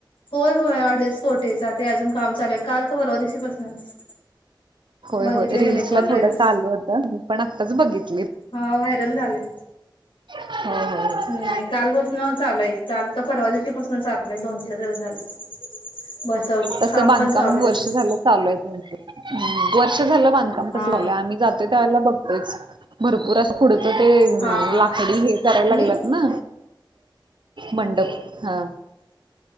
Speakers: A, on the left; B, on the right.
A: होय होय अडीच कोटीचा ते अजून काम चालेल काल का परवा दिशीपासूनच
B: होय
A: बघितलेले
B: होय रील्सला
A: मी पण
B: थोडस
A: ्रेस.
B: आलं होतं पण आत्ताच बघित.
A: हा व्हायरल झाले.
B: हो हो हो
A: नाही कालपासून चालूय काल परवा दिवशी पासून चालू. दोन चार दिवस झाले. बसवलं
B: तस
A: काम
B: बांधकाम
A: पण चालू आहे
B: वर्ष
A: त्याचं
B: झालं चालू आहे त्यांचं. ह वर - झालं बांधकाम कसं
A: हा
B: चालूये आम्ही जातो त्यावेळेला बघ- भरपूर अस पुढे - ते
A: हा हा.
B: लाकडी हे करायला
A: मी
B: लागलत ना मंडप. हा!